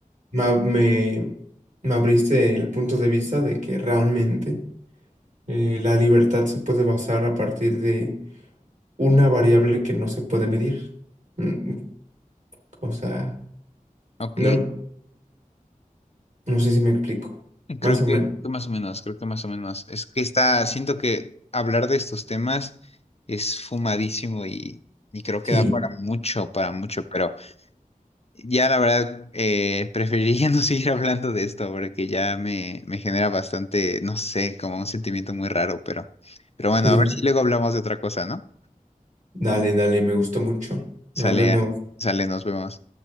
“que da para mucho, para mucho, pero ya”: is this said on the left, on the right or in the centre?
Left